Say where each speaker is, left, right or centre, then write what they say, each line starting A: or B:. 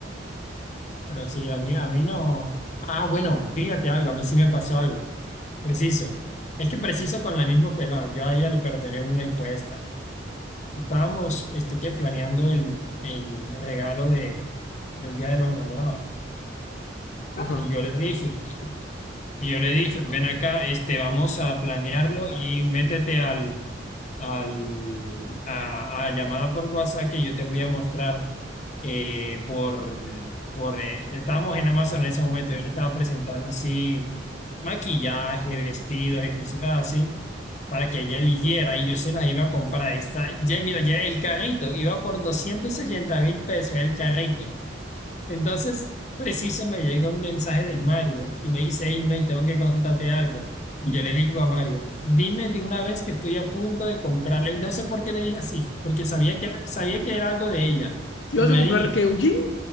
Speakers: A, on the left (about 40°); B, on the left (about 75°).
A: pero sí, a mí, a mí no. Ah, bueno, fíjate algo, a mí sí me pasó algo, preciso. Es que preciso con la misma pelada, yo a ella le perdoné una y fue esta. Estábamos, este, que planeando el, el regalo de, del Día de los Enamorados.
B: Ajá.
A: Y yo le dije, Y yo le dije, ven acá, este, vamos a planearlo y métete al, al, a, a llamada por WhatsApp que yo te voy a mostrar eh, por, por eh, estábamos en Amazon en ese momento, yo le estaba presentando así maquillaje, vestidos y cositas así, para que ella eligiera y yo se las iba a comprar. Está, ya, mira, ya el carrito iba por 280 mil pesos el carrito. Entonces, preciso me llega un mensaje de Mario y me dice, hey, May, tengo que contarte algo. Y yo le digo a Mario, dime de una vez que estoy a punto de comprarle. No sé por qué le dije así, porque sabía que, sabía que era algo de ella.
B: ¿Y
A: Pero
B: vas a
A: le
B: comprar
A: dije,
B: qué? ¿Un jean?